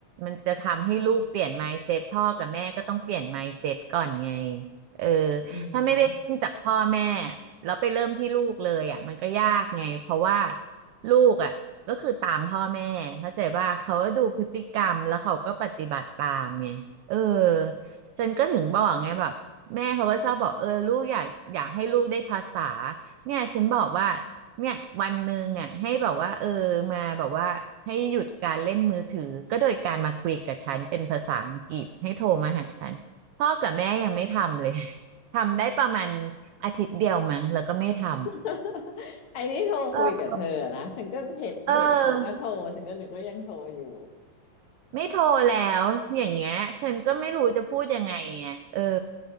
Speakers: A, on the right; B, on the left.
A: มันจะทำให้ลูกเปลี่ยน mindset พ่อกับแม่ก็ต้องเปลี่ยน mindset ก่อนไงเออ
B: อืม
A: ถ้าไม่ได้เริ่มจากพ่อแม่แล้วไปเริ่มที่ลูกเลยอ่ะมันก็ยากไงเพราะว่าลูกอ่ะก็คือตามพ่อแม่เข้าใจว่าเขาก็ดูพฤติกรรมแล้วเขาก็ปฏิบัติตามไงเออฉันก็ถึงบอกไงแบบแม่เขาก็ชอบบอกเออลูกอยากอยากให้ลูกได้ภาษาเนี่ยฉันบอกว่า เนี่ยวันหนึ่งอ่ะให้แบบว่าเออมาแบบว่าให้หยุดการเล่นมือถือก็โดยการมาคุยกับฉันเป็นภาษาอังกฤษให้โทรมาหาฉันพ่อกับแม่ยังไม่ทำเลย <laughs> ทำได้ประมาณอาทิตย์เดียวมั้งแล้วก็ไม่ทำ
B: <laughs> ไอ้ที่โทรคุยกับเธอนะฉันก็เห็นเห็นเขาก็โทรฉันก็นึกว่ายังโทรอยู่
A: เออเออไม่โทรแล้วอย่างเงี้ยฉันก็ไม่รู้จะพูดยังไงไงเออ